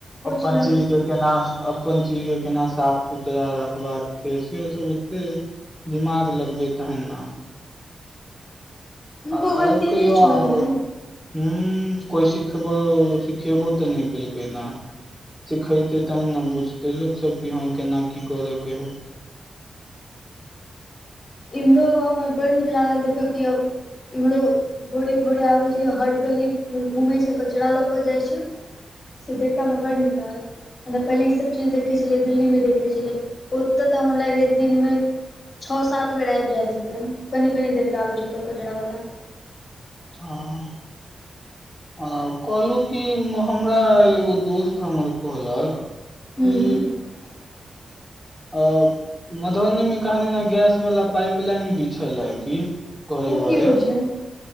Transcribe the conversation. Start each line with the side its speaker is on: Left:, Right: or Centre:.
Centre: अपन
Left: छै
Centre: चिज के केना अपन चीज के केना साफ सुथरा रखबाक छै से सब ओते दिमाग लगबे तहन ने
Left: हुनको
Centre: आओर
Left: गलती नहि
Centre: कहियौ
Left: छौ
Centre: अहाँ
Left: ओहिमे
Centre: उ हुँ कोई सिखबो सिखेबो तऽ नहि केलकैना सिखेते तहन ने बुझते लोक सब कि हँ केना की करय के हइ
Left: इम्हरो आब हमरा बड़ नीक लागल देखयके अब इम्हरो भोरे भोरे आबे छै हर गली मे घूमे छै कचरा ल के जाय छै सिद्धे काममे बड़ निकलाग <inaudible> म पहिले ईसभ चीज देखै छलियै दिल्लीमे देखै छलियै ओतय तऽ हमरा लागै दिनमे छओ सात बेर आब जाइत हेतै कनि कनी देर पे आबैत छै ओतय कचरा वला
Centre: हँ आ कहलहु की हमरा एगो दोस्त हमर कहलक की
Left: हूँ <unintelligible>
Centre: अ मधुबनी मे कहने ने गैस वाला पाइप लाइन भी छलए की घरे
Left: ओ
Centre: घरे
Left: कि होई छै